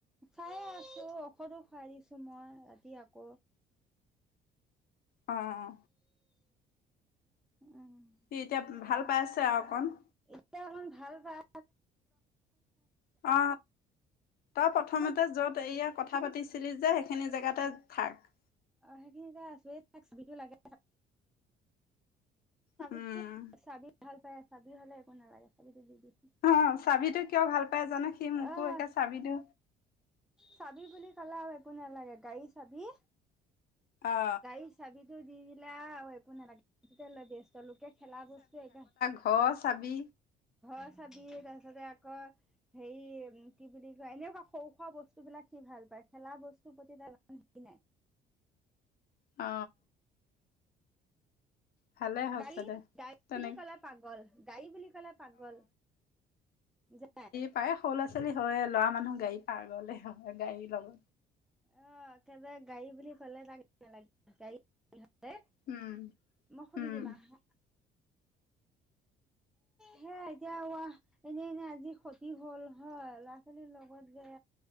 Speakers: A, in the centre; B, on the left.
A: চায়ে আছো ঔষধো খুৱাই দিছো মই ৰাতি আকৌ
B: অ, অ,
A: উম
B: সি এতিয়া ভাল পাই আছে আৰু অকণ
A: এতিয়া অকমান ভাল পাই
B: অ, তই প্ৰথমতে
A: অকমান
B: য'ত এয়া কথা পাতিছিলি যে সেইখিনি জেগাতে থাক
A: অ সেইখিনিতে আছো এই টো লাগে চাবিটো
B: উম
A: চাবি ভাল পায়? চাবি হ'লে একো নালাগে চাবিতো দি দিছোঁ।
B: অ চাবিতো কিয় ভাল পাই জানো সি মোকো
A: আহ
B: একে চাবিটো।
A: চাবি বুলি কলে আৰু একো নালাগে গাড়ীৰ চাবি
B: অ
A: গাড়ীৰ চাবিতো দি দিলে আৰু একো নালাগে লৈ ব্যস্ত লোকে খেলা বস্তু এগাল
B: অ চাবি
A: হয় চাবি তাৰ পাছতে আকৌ হেৰি কি বুলি কয় এনেকুৱা সৰু খোৱা বস্তুবিলাক সি ভাল পায় খেলা বস্তুৰ প্ৰতি তাৰইমান হেৰি নাই।
B: অ, ভালে হৈছে
A: গাড়ী
B: দে
A: গাড়ী
B: তেনেকে
A: বুলি কলে পাগল গাড়ী বুলি কলে পাগল যে
B: প্ৰায় সৰু ল'ৰা ছোৱালী হয় লৰা মানুহ গাড়ী পাগলে হয় গাড়ী লব
A: অ একবাৰে গাড়ী বুলি ক'লে তাক একো নালাগে। গাড়ী হলে
B: উম
A: মই খুলি
B: উম
A: দিম আহা। সে এতিয়া এনেই এনে আজি ক্ষতি হ'ল হয় ল'ৰা-ছোৱালীৰ লগত যে